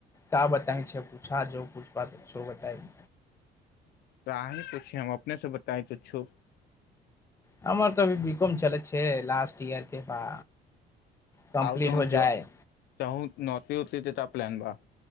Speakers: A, on the left; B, on the left.
A: ता बताऊ छै पूछा जो पुछ सोबताइ
B: अीँ पूछ हम अपनेसँ बताय तुछौ
A: हमर तऽ अभ बिकॉम चलै छै लास्ट इयर के बा कम्प्लीट
B: आउ तह
A: हो जाय
B: ज चहू नती उती प्लान बा